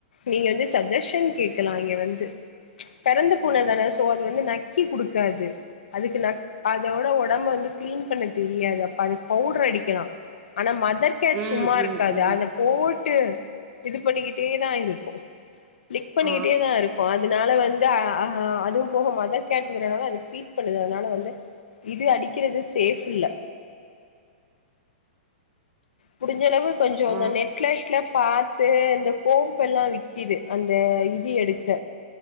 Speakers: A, on the left; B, on the right.
A: நீங்க வந்து சஜஷன் கேக்லாம் இங்க வந்து பிறந்து பூன தானே சோது வந்து நக்கி குடுக்காது அதுக்கு நக் அதோட உடம்ப வந்து கிளீன் பண்ண தெரியாது அதுக்கு பவுடர் அடிக்கலாம் ஆனா அதற்கேட்
B: ம்,
A: சும்மா
B: ம்,
A: இருக்காது
B: ம்.
A: அதை போட்டு விட்டு இது பண்ணிக்கிட்டே தான் இருக்கு கிளிக் பண்ணிட்டே
B: ஆ,
A: தான் இருக்கு அதனால வந்து ஹ அதுவும் போக மதர் கேட்னால அது ஃபீட் பண்ணுது அதனால வந்து இது அடிக்கிறது சேஃப் இல்ல முடிஞ்சளவு கொஞ்ச
B: ஆ,
A: அந்த நெட்பிளக்ஸ்ல பாத்து இந்த கோம்பெல்லாம் வி்க்கிது அந்த இது எடுக்க